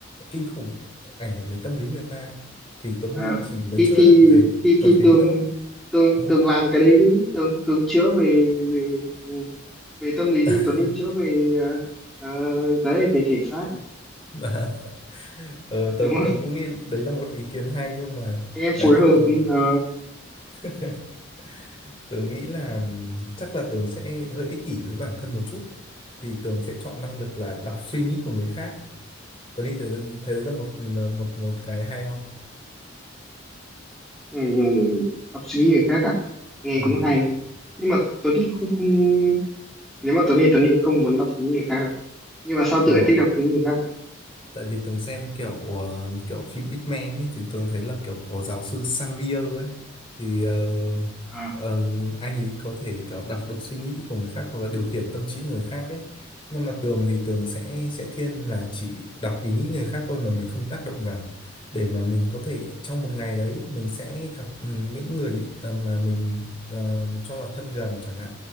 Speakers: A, on the left; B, in the centre.
A: kinh khủng ảnh hưởng đến tâm lý người ta thì Tuấn
B: à.
A: Huy chỉ mới
B: thì
A: chữa
B: thì
A: được về
B: thì
A: vật
B: thì
A: lý
B: tường
A: thôi
B: tường
A: đúng
B: tường
A: không
B: làm cái đấy đi tường tường chữa về về ừ, về tâm lý
A: <laughs>
B: đi Tuấn Linh chữa về ờ, ờ, đấy về thể xác
A: Dạ. Ờ, tường
B: đúng không
A: tường cũng nghĩ đấy là một ý kiến hay nhưng mà
B: anh em
A: cá
B: phối
A: nhân
B: hợp
A: tường
B: ừ, ờ,
A: <laughs> tường nghĩ là ừm, chắc là tường sẽ hơi ích kỷ với bản thân một chút thì tường sẽ chọn năng lực là đọc suy nghĩ của người khác tường nghĩ thế, thế đấy là một một một cái hay không
B: ừ, đọc suy nghĩ người khác à nghe
A: ừ.
B: cũng hay nhưng mà Tuấn Định không không nếu mà Tuấn Định Tuấn Định không muốn đọc suy nghĩ người khác đâu nhưng mà sao
A: ờ.
B: tựa thích đọc suy nghĩ người khác vậy
A: tại vì Tường xem kiểu ờ, kiểu phim X-Men ấy thì Tường thấy là kiểu có giáo sư Xavier ấy thì ờ,
B: à
A: ờ, anh ấy có thể kiểu đọc được suy nghĩ của người khác hoặc là điều khiển tâm trí của người khác ấy nhưng mà Tường thì Tường sẽ sẽ thiên là chỉ đọc ý nghĩ người khác thôi mà mình không tác động vào để mà mình có thể trong một ngày đấy mình sẽ gặp ừ, những người ờ, mà mình ờ, cho là thân gần chẳng hạn